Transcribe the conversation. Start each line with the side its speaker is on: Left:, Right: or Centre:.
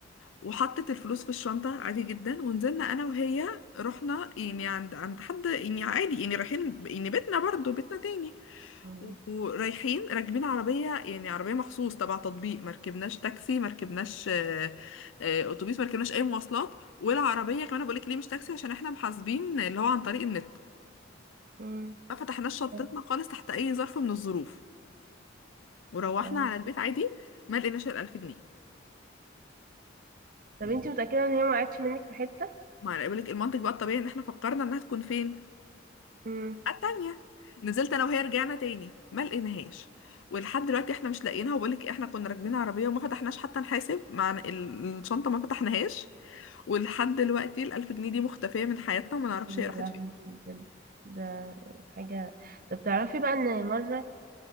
Left: وحطت الفلوس في الشنطة عادي جدا ونزلنا أنا وهي رحنا يعني عند عند حد يعني عادي يعني رايحين يعني بيتنا برضو بيتنا تاني
Right: آه.
Left: ورايحين راكبين عربية يعني عربية مخصوص تبع تطبيق مركبناش تاكسي مركبناش آه، آه، أتوبيس مركبناش أي مواصلات والعربية كمان بقولك ليه مش تاكسي عشان احنا محاسبين اللي هو عن طريق النت
Right: آه.
Left: ما فتحناش شنطتنا
Right: آه.
Left: خالص تحت أي ظرف من الظروف وروحنا
Right: آه.
Left: على البيت عادي ما لقيناش الألف جنيه
Right: طب انتي متأكدة ان هي ما وقعتش منك في حتة
Left: ما أنا بقولك المنطق بقى الطبيعي إن احنا فكرنا إنها تكون فين
Right: مم.
Left: التانية نزلت انا وهي رجعنا تاني ما لقيناهاش ولحد دلوقتي احنا مش لاقيينها وبقولك احنا كنا راكبين عربية وما فتحناش حتى نحاسب مع ال- الشنطة ما فتحناهاش ولحد دلوقتي الألف جنيه دي مختفية من حياتنا وما نعرفش
Right: يا
Left: هي راحت
Right: لهوي
Left: فين
Right: بجد ده حاجة طب تعرفي بقى ان مرة